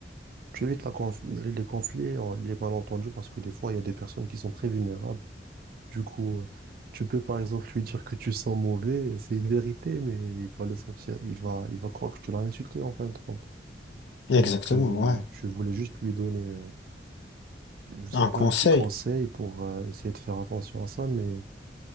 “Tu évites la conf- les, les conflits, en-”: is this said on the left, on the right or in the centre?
Right